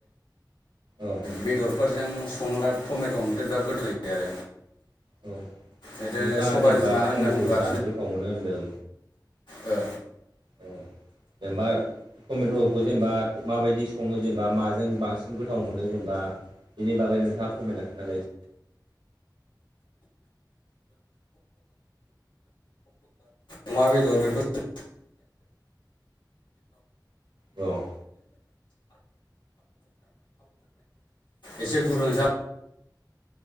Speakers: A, on the right; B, on the left.
A: औ
B: बेदरफोरजों संब्ला टमेट' ओंख्रिया बिराद गोथाव जायो आरो।
A: औ
B: ओमफ्राय
A: नोंथाङा
B: सबाय
A: जेनेबा
B: बिमा होनना
A: टमेट'
B: बुङोबा
A: जानो गोथाव मोनो होनदों।
B: ओ।
A: औ जेनेबा टमेट'खौ जेनेबा माबायदि सङो जेनेबा माजों बांसिन गोथाव मोनो जेनेबा बेनि बागै नोंथाङा फोरमायना खोनथालाय।
B: अमा बेदर बेफोर
A: औ।
B: एसे गुुरुंजा